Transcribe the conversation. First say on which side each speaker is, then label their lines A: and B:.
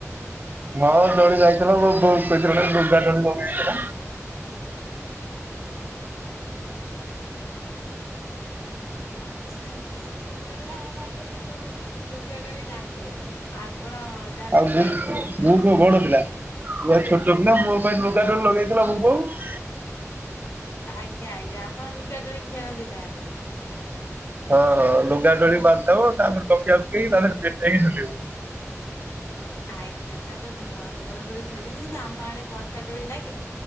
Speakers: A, on the right; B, on the left.
A: ହଁ ଡୋଳି ଲାଗିଥିଲା ମୁଁ ବୋଉକୁ କହିଥିଲି ଗୋଟେ ଲୁଗା ଦୋଳି ଲଗେଇ ଦେଇଥିଲା।
B: ଆଜ୍ଞା। ଛୋଟ ପିଲାଙ୍କ ପାଇଁ ତ ସେ ଯେଉ ଲୁଗାଡୋଳି ଲାଗେ। ଆପଣ ଜାଣିଥିବେ
A: ଆଉ ମୁଁ, ମୁଁ
B: ଆଁ
A: କଣ ବଡ଼ପିଲା? ମୁଁ ବା ଛୋଟ ପିଲା ମୋ ପାଇଁ ଲୁଗା ଦୋଳି ଲଗେଇ ଦେଇଥିଲା ମୋ ବୋଉ।
B: ଆଜ୍ଞା ଆଜ୍ଞା। ଆପଣ ଲୁଗା ଦୋଳି ଖେଳନ୍ତି ତା ହେଲେ?
A: ହଁ ହଁ ଲୁଗା ଦୋଳି ବାନ୍ଧିଥିବ ତା ଉପରେ ତକିଆ ପକେଇ ତା ଦେହରେ ପଟେଇ ଝୁଲିବୁ।
B: ଆଜ୍ଞା। ତାହାଲେ ଭଲ ଡୋଳି ଖେଳିଛନ୍ତି। କିନ୍ତୁ ଆମ ଆଡ଼େ ପ ଟା ଡୋଳି ଲାଗେ